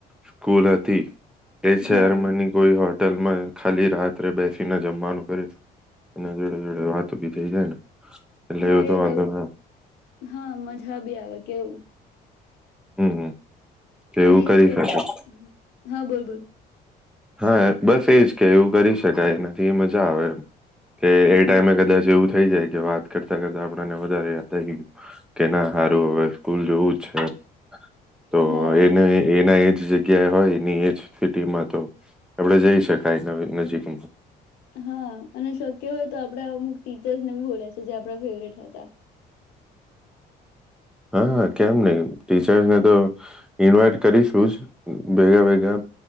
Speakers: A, in the centre; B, on the left.
A: સ્કૂલથી કે શર્મની
B: હા
A: કોઈ હોટ હોટેલમાં ખાલી રાત્રે બેસીને જમવાનું કરીશું અને જોડે જોડે વાતો બી થઈ જાય ને. એટલે
B: હા
A: એવું તો
B: એ જ
A: વાંધો ના આવે.
B: હા મજા બી આવે. કેવું
A: હમ હમ. એવું
B: અને
A: કરી
B: શક્ય
A: શકાય
B: હા બોલ બ
A: હા બસ એજ કે એવું કરી શકાય એના એ મજા આવે એ. કે એ
B: હા
A: ટાઈમે કદાચ એવું થઈ જાય કે વાત કરતા કરતા આપણને વધારે યાદ થઈ ગયું કે ના સારું હવે સ્કૂલ જોવું જ છે. તો
B: હા
A: એને
B: એજ
A: એના એજ જગ્યાએ હોય એની એ જ સિટીમાં તો આપડે જઈ શકાય નવી નજીકમા
B: હા અને શક્ય હોય તો આપડે અમુક ટીચર્સને બી બોલાય છે જે આપણા ફેવરેટ હતા.
A: હા કેમ નહી ટીચર્સને તો ઈન્વાઈટ કરીશું ભેગા ભેગા